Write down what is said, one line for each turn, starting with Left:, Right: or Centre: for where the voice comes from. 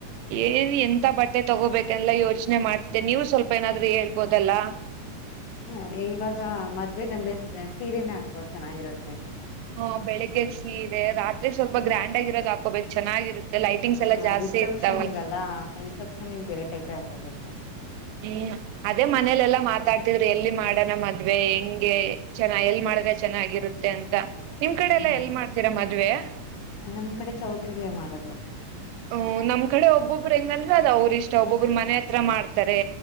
Right: ಏನ್ ಎಂತ ಬಟ್ಟೆ ತಗೋಬೇಕಲ್ಲ ಯೋಚನೆ ಮಾಡ್ತಿದ್ದೆ ನೀವು ಸ್ವಲ್ಪ ಏನಾದ್ೂ ಹೇಳ್ಬೋದಲ್ಲ
Left: ಹಾ ಇವಾಗ ಮದ್ವೆಗ ಅಂದ್ರೆ ಸೀರೆನೇ ಹಾಕೊಳು ಚೆನ್ನಾಗಿರುತ್ತೆ
Right: ಹಾ ಬೆಳಿಗ್ಗೆದ್ ಸೀರೆ ರಾತ್ರಿ ಸ್ವಲ್ಪ ಗ್ರ್ಯಾಂಡ್ ಆಗಿರೋದ ಹಾಕೋಬೇಕು ಚೆನ್ನಾಗಿರುತ್ತೆ ಲೈಟಿಂಗ್ಸ್ ಎಲ್ಲ
Left: ಹ
Right: ಜಾಸ್ತಿ
Left: ರಿಸೆಪ್ಷನ್ಗಲ್ಲಾ
Right: ಇರ್ತಾವಲ್
Left: ರಿಸೆಪ್ಷನ್ಗ ಬೇರೆ ಟೈಪೇ ಹಾಕೋಬೇಕು
Right: ಹ್ಮ ಅದೇ ಮನೇಲೆಲ್ಲಾ ಮಾತಾಡ್ ್ರ ಎಲ್ಲಿ ಮಾಡೋಣ ಮದ್ವೆ ಹೆಂಗೆ ಚೆ <unintelligible> ಎಲ್ಲಿ ಮಾಡ ಚೆನ್ನಾಗಿರುತ್ತೆ ಅಂತ ನಿಮ್ ಕಡೆ ಎಲ್ಲ
Left: ಹ
Right: ಎಲ್ ಮಾಡ್ತೀರಾ ಮದ್ವೆ
Left: ನಮ್ ಕಡೆ ಚೌಟ್ರಲ್ಲೇ ಮಾಡೋದು
Right: ಹ್ಮ್ ನಮ್ಮ್ ಕಡೆ ಒಬ್ಬೊಬ್ಬರು ಹೆಂಗಂದ್ರ ಅದ ಅವರು ಇಷ್ಟ ಒಬ್ಬೊಬ್ರು ಮನೆ ಹತ್ರ ಮಾಡ್ತಾರೆ